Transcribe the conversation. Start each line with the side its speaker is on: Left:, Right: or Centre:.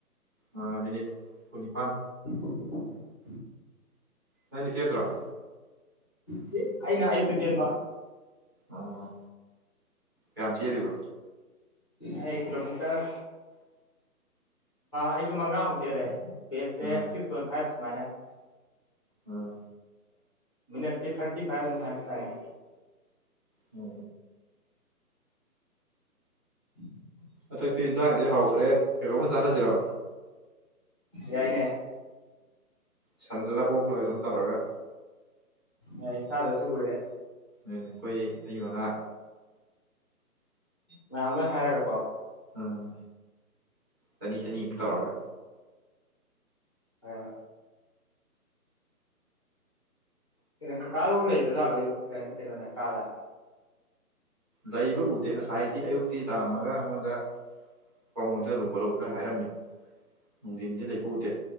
Right: ꯑ ꯃꯤꯅꯤꯠ ꯀꯨꯅꯤꯄꯥꯟ
Left: <inaudible>
Right: ꯅꯪꯗꯤ ꯁꯦꯗ꯭ꯔꯝ
Left: ꯁꯤ ꯑꯩꯅ ꯑꯌꯨꯛꯇ ꯆꯦꯟꯕ
Right: ꯑꯥ ꯌꯥꯝ ꯆꯦꯜꯂꯤꯕ
Left: ꯑꯩ ꯀꯤꯂꯣꯃꯤꯇꯔ ꯑꯩꯁꯨ ꯃꯉꯥꯃꯨꯛ ꯆꯦꯜꯂꯦ ꯕꯦꯁꯁꯦ
Right: ꯑꯥ
Left: ꯁꯤꯛꯁ ꯄꯣꯏꯟ ꯐꯥꯏꯚ ꯁꯨꯃꯥꯏꯅ
Right: ꯑꯥ
Left: ꯃꯤꯅꯠ ꯊꯥꯔꯇꯤ ꯐꯥꯏꯚꯅꯤ ꯆꯉꯦ
Right: ꯍ
Left: <inaudible>
Right: ꯍꯟꯗꯛꯇꯤ ꯌꯦꯟꯖꯥꯡꯁꯦ ꯍꯥꯎꯇ꯭ꯔꯦ ꯀꯩꯅꯣꯝꯃ ꯆꯥꯟꯅꯁꯤꯔꯣ
Left: ꯌꯥꯏꯅꯦ
Right: ꯁꯜꯂ ꯑꯣꯛꯂꯒ ꯑꯗꯨꯝ ꯇꯧꯔꯒ
Left: ꯌꯥꯏ ꯆꯗꯕꯁꯨ ꯀꯨꯏꯔꯦ
Right: ꯑꯗꯨ ꯑꯩꯈꯣꯏ ꯃ ꯃꯉꯥ
Left: ꯃꯌꯥꯝ ꯂꯣꯏ ꯍꯥꯏꯔꯒꯦꯀꯣ
Right: ꯑꯥ ꯆꯅꯤ ꯆꯅꯤ ꯑꯃ ꯇꯧꯔꯒ
Left: ꯍ ꯍ ꯀꯩꯅꯣ ꯀꯀꯥꯗꯕꯨ ꯂꯩꯇ ꯆꯥꯕ ꯀꯩꯅꯣꯗ ꯀꯥꯗ
Right: ꯗꯏꯕ ꯎꯗ ꯍꯥꯏꯗꯤ ꯑꯌꯨꯛꯇꯤ ꯂꯥꯛ ꯑꯝꯃꯒ ꯑꯩꯉꯣꯟꯗ ꯊꯣꯡ ꯂꯣꯟꯖꯜꯂꯨ ꯈꯣꯠꯂꯨ ꯈꯔ ꯍꯥꯏꯔꯝꯃꯤ ꯅꯨꯡꯊꯟꯗꯤ ꯂꯩꯕ ꯎꯗꯦ